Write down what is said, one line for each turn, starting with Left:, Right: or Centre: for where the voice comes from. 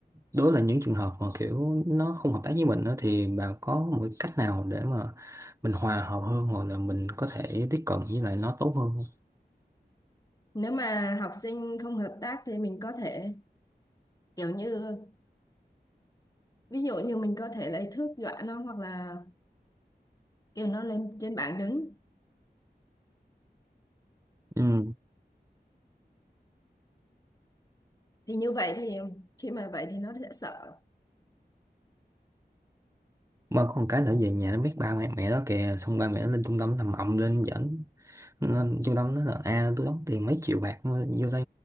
Right: đó là những trường hợp mà kiểu nó không hợp tác với mình đó, thì bà có một cái cách nào để mà mình hòa hợp hơn hoặc là mình có thể tiếp cận với lại nó tốt hơn không?
Left: nếu mà học sinh không hợp tác thì mình có thể kiểu như ví dụ như mình có thể lấy thước dọa nó hoặc là kêu nó lên trên bảng đứng
Right: Ừ.
Left: thì như vậy thì khi mà vậy thì nó sẽ sợ
Right: Mà có một cái nữa về nhà nó biết ba mẹ mẹ đó kìa xong ba mẹ nó lên trung tâm làm ầm lên dẫn nên trung tâm nó là à tôi đóng tiền mấy triệu bạc vô đây